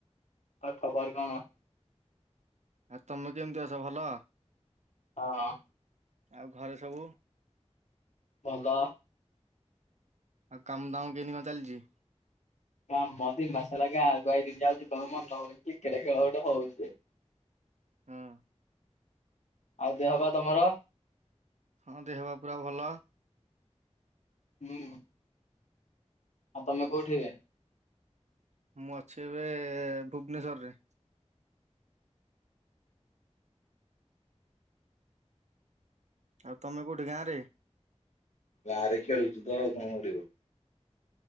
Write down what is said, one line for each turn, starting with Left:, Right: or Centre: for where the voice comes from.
Left: ଆଉ ଖବର କଣ?
Right: ଆଉ ତମେ କେମିତି ଅଛ ଭଲ?
Left: ହଁ।
Right: ଆଉ ଘରେ ସବୁ
Left: ଭଲ
Right: ଆଉ କାମ ଦାମ କେମନି କଣ ଚାଲିଛି?
Left: <unintelligible> ହଁ ମ ଦି ମାସ ଲା ଦିନ ଯାଉଛି ବହୁ ମନଉଛି ଖେଳ ଖେଳ ଗୋଟେ ହଉଛି <unintelligible>
Right: ହଁ।
Left: ଆଉ ଦେହ ପା ତମର?
Right: ହଁ ଦେହ ବା ପୁରା ଭଲ
Left: ହୁଁ। ହଁ ତମେ କଉଠିି ଏବେ?
Right: ମୁଁ ଅଛି ଏବେ ଭୁବନେଶରେ। ଆଉ ତମେ କୋଉଠି ଗାଁ ରେ?
Left: ବାହାରେ ଖେଳୁଛୁ ଆଉ କଣ କରିବୁ?